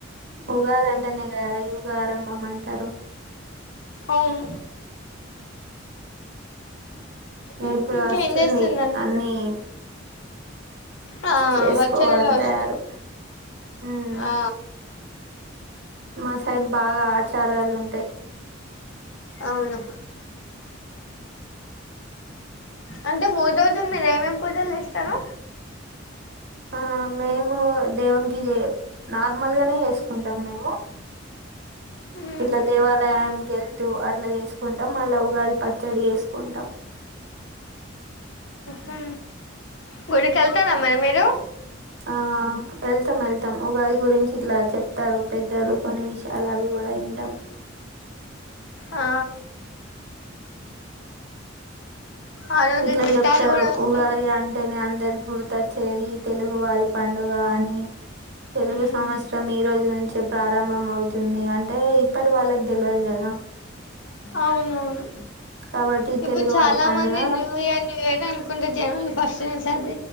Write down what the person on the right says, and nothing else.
ఉగాది అంటేనే గద యుగ ఆరంభం అంటారు
ఇప్పుడు
వస్తుంది
అన్ని
చేసుకోవాలి
తయారు ఉమ్
మా సైడ్ బాగా ఆచారాలు ఉంటాయి
ఆ మేము దేవునికి జేయం నార్మల్గానే చేసుకుంటాం మేము
ఇట్లా దేవాలయంకు వెళ్తూ అట్లా చేసుకుంటాం వసుకుంటాం మళ్ళఉగాది పచ్చడి చేసుకుంటాం
ఆ వెళ్తాం వెళ్తాం వెళ్తాం ఉగాది గురించి ఇట్లా చెప్తారు పెద్దలు కొన్ని విషయాలు అవి కూడా వింటాం
ఇట్లా
చెప్తారు
ఉగాది అంటేనే అందరు గుర్తొచ్చేది తెలుగు వారి పండుగ అని తెలుగు
సంవత్సరం ఈ రోజు నుంచే ప్రారంభం అవుతుంది అంటే ఇప్పటి వాళ్ళకు తెల్వదు కదా
కాబట్టి
తెలుగు
వారి పండుగ